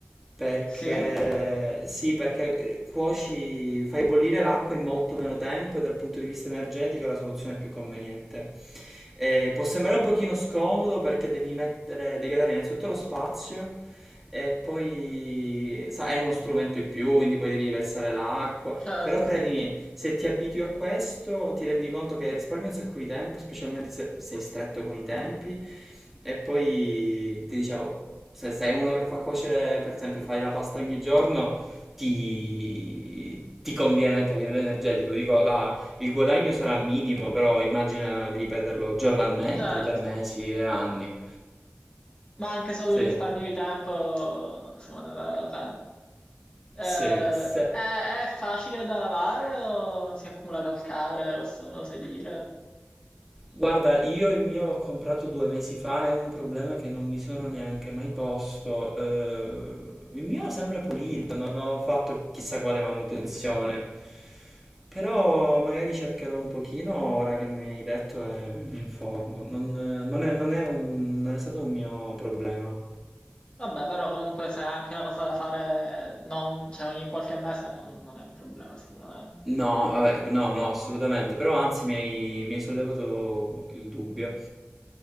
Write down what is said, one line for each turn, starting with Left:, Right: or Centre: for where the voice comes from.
Centre: perché
Left: sì,
Centre: sì, perché cuoci, fai bollire l'acqua in molto meno tempo e dal punto di vista energetico è la soluzione più conveniente. Eh, può sembrare un pochino scomodo perché devi mettere, devi avere innanzitutto lo spazio e poi sa, è uno strumento in più, quindi poi devi versare l'acqua,
Left: certo,
Centre: però credimi, se ti abitui a questo, ti rendi conto che risparmi un sacco di tempo, specialmente se sei stretto con i tempi. E poi ti dicevo, se sei uno che fa cuocere, per esempio, fai la pasta ogni giorno, ti, ti conviene anche a livello energetico. Dico, la- il guadagno sarà minimo, però immagina di ripeterlo giornalmente
Left: certo.
Centre: per mesi e anni.
Left: Ma anche solo
Centre: Sì,
Left: il risparmio di tempo, secondo me, vale la pena. Eh,
Centre: sì, se...
Left: è, è facile da lavare o si accumula calcare? Questo me lo sai dire?
Centre: Guarda, io il mio l'ho comprato due mesi fa, è un problema che non mi sono neanche mai posto. Eh, il mio sembra pulito, non ho fatto chissà quale manutenzione. Però magari cercherò un pochino ora che mi hai detto e mi informo. Non, non è, non è un- non è stato un mio problema.
Left: Vabbè, però comunque se è anche una cosa da fare non, cioè ogni qualche mese non, non è un problema sicuramente.
Centre: No, vabbè, no, no, assolutamente, però anzi mi hai, mi hai sollevato il dubbio.